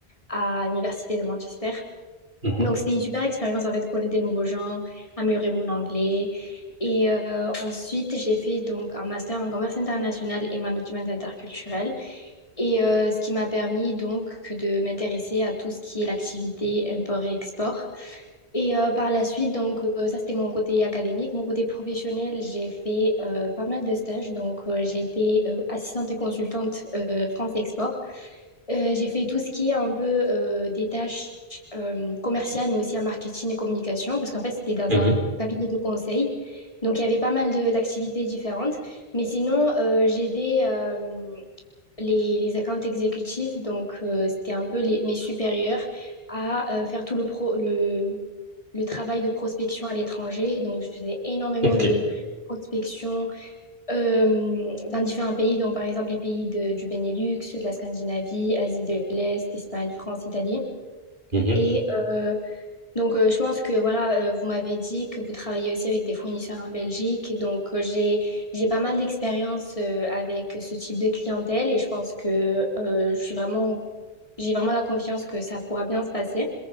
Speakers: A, on the left; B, on the right.
A: à l'université de Manchester.
B: Mhm,
A: Donc, c'était une super expérience, en fait, de connaître des nouveaux gens, améliorer mon anglais. Et euh, ensuite, j'ai fait donc un master en commerce international et management interculturel. Et euh, ce qui m'a permis donc de m'intéresser à tout ce qui est l'activité import et export. Et euh, par la suite, donc euh, ça c'était mon côté académique. Mon côté professionnel, j'ai fait euh, pas mal de stages. Donc euh, j'ai été euh, assistante et consultante euh, France Export. Euh, j'ai fait tout ce qui est un peu euh, des tâches euh, commerciales, mais aussi en marketing et communication, parce qu'en fait, c'était dans
B: mhm.
A: un cabinet de conseil. Donc, il y avait pas mal de- d'activités différentes. Mais sinon, euh, j'ai aidé euh, les, les accounts exécutifs, donc euh, c'était un peu les- mes supérieurs, à euh, faire tout le, pro, le, le travail de prospection à l'étranger. Donc, je faisais énormément
B: OK.
A: de prospection euh, dans différents pays, donc par exemple les pays de- du Benelux, de la Scandinavie, Asie de l'Est, Espagne, France, Italie.
B: Mhm,
A: Et euh, donc, euh, je pense que voilà, euh, vous m'avez dit que vous travaillez aussi avec des fournisseurs en Belgique. Donc, euh, j'ai j'ai pas mal d'expérience euh, avec ce type de clientèle et je pense que euh, je suis vraiment j'ai vraiment la confiance que ça pourra bien se passer.